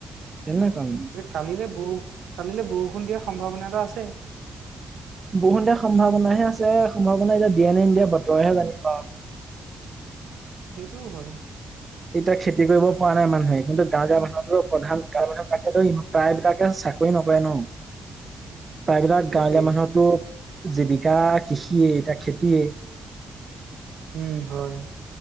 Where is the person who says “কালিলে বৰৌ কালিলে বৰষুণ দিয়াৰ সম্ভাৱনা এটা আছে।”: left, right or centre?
Right